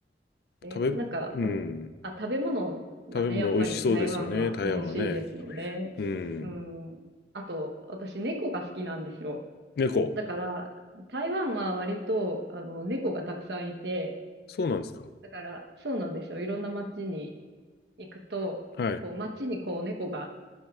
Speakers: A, on the right; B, on the left.
A: え、
B: 食べ、
A: なんか、わたあ、
B: うん。
A: 食べ物がね、
B: 食べ物美味しそうですよね、
A: やっぱり台湾は美味しいですよね。
B: 台湾はね。うん。
A: うん。あと、私猫が好きなんですよ。
B: 猫。
A: だから、台湾は割と、あの、猫がたくさんいて、
B: そうなんですか。
A: だから、そうなんですよ。いろんな街に行くと、
B: はい、
A: こう、街にこう、猫が